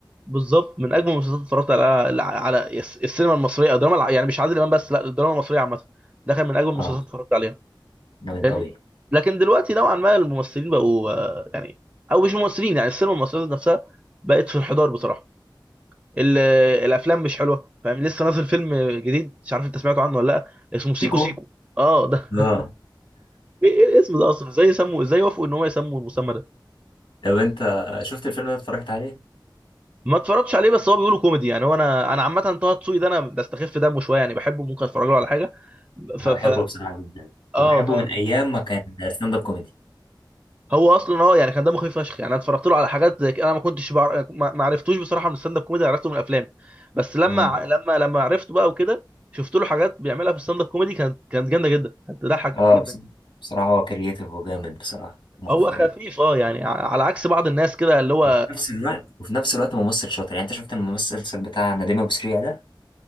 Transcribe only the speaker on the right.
بالظبط من اجمل المسلسلات اللي اتفرجت على على يس- السينما المصرية او الدراما الع- يعني مش عادل امام بس لا الدراما المصرية عامة ده كان من اجمل المسلسلات
اللي اتفرجت عليها
لان
لكن دلوقتي نوعا ما الممثلين بقوا آه، يعني او مش ممثلين يعني السينما المصرية نفسها بقت في انحدار بصراحة ال- الافلام مش حلوه فاهم لسه نازل فيلم جديد مش عارف انت سمعته عنه ولا لا اسمه سيكو
سيكو اه ده
<laughs> ايه إيه الاسم ده اصلا ازاي يسموا ازاي وافقوا ان هو يسموا المسمى ده
ما اتفرجتش عليه بس هو بيقولوا كوميدي يعني هو انا انا عامه طه دسوقي ده انا بستخف دمه شويه يعني بحبه ممكن اتفرج له على حاجه ف
ف
اه
طه-
هو اصلا اه يعني كان دمه خفيف فشخ يعني انا اتفرجت له على حاجات زي كده انا ما كنتش بعرف ما ما عرفتوش بصراحه من الستاند اب كوميدي عرفته من الافلام بس لما
ع- لما لما عرفته بقى وكده شفت له حاجات بيعملها في الستاند اب كوميدي كانت كانت جامده جدا كانت تضحك
جدا
هو
خفيف اه يعني على عكس بعض الناس كده اللي هو